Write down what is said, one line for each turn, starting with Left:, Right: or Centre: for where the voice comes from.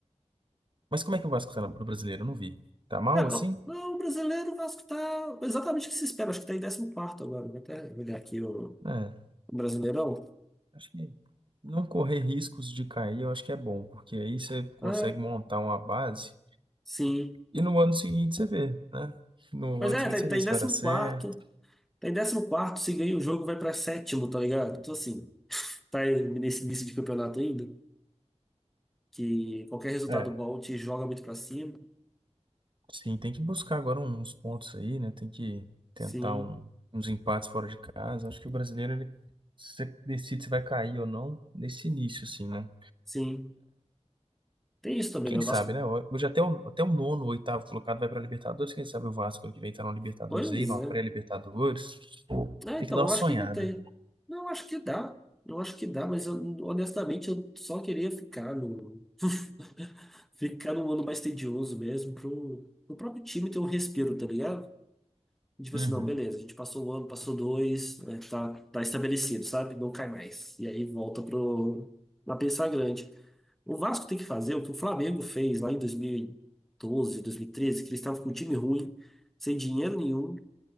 Right: Mas como é que o Vasco tá no no brasileiro? Eu não vi. Tá mal
Centre: Cara,
Right: assim?
Centre: o não, o brasileiro, o Vasco tá exatamente o que se espera, acho que tá em décimo quarto agora. Vou até olhar aqui o,
Right: É,
Centre: o Brasileirão.
Right: acho que não correr riscos de cair, eu acho que é bom, porque aí você consegue
Centre: É,
Right: montar uma base
Centre: sim.
Right: e no ano seguinte você vê, né? No
Centre: Mas
Right: ano
Centre: é,
Right: seguinte
Centre: tá,
Right: você
Centre: tá
Right: vê
Centre: em
Right: se
Centre: décimo
Right: vai dar certo.
Centre: quarto. Tá em décimo quarto, se ganha o jogo, vai pra sétimo, tá ligado? Então, assim, tá aí nesse início de campeonato ainda, que qualquer resultado
Right: É.
Centre: bom te joga muito pra cima.
Right: Sim, tem que buscar agora uns pontos aí, né? Tem que tentar
Centre: Sim.
Right: um- uns empates fora de casa. Acho que o brasileiro, ele se você decide se vai cair ou não nesse início, assim, né?
Centre: Sim. Tem isso também,
Right: E quem
Centre: né? O
Right: sabe,
Centre: Vasco.
Right: né? Hoje até o, até o nono, o oitavo colocado vai para Libertadores. Quem sabe o Vasco que vem estar na Libertadores
Centre: Pois
Right: aí, numa
Centre: é.
Right: pré-Libertadores.
Centre: Ah,
Right: Tem
Centre: então,
Right: que dar
Centre: eu
Right: uma sonhada.
Centre: acho que ainda tem. Não, eu acho que dá. Eu acho que dá, mas eu, honestamente eu só queria ficar no, <laughs> ficar num ano mais tedioso mesmo, pro, pro próprio time ter um respiro, tá ligado? Tipo
Right: Uhum,
Centre: assim, não, beleza, a gente passou um ano, passou dois, né, tá, tá estabelecido, sabe? Não cai mais. E aí volta pro, na pensar grande. O Vasco tem que fazer o que o Flamengo fez lá em 2012, treze que eles estavam com um time ruim, sem dinheiro nenhum.